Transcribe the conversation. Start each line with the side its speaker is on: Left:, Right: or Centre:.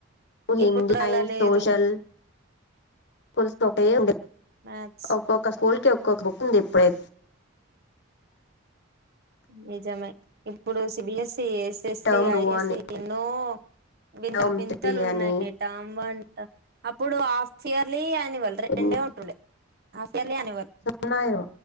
Left: హిందీ
Right: ఇప్పుడు అలా
Left: అండ్
Right: లేదు
Left: సోషల్ స్కూల్స్ ఒక ఉ
Right: మ్యాథ్స్
Left: ఒక్కొక్క స్కూల్ కి ఒ బుక్ ఉంది ఇప్పుడై
Right: నిజమే ఇప్పుడు సిబిఎస్సి ఎస్ఎస్సి
Left: టర్మ్ టూ
Right: ఐఎస్సి
Left: అని
Right: ఎన్నో వింత
Left: టర్మ్
Right: వింతలు
Left: త్రీ
Right: ఉన్నాయట
Left: అని
Right: అమ్బంట అప్పుడు హాఫ్ ఇయర్లీ నివల్ రెండే
Left: ఎన్ని
Right: ఉంటుండే హఫయర్లీ అనివల్
Left: ఉన్నాయో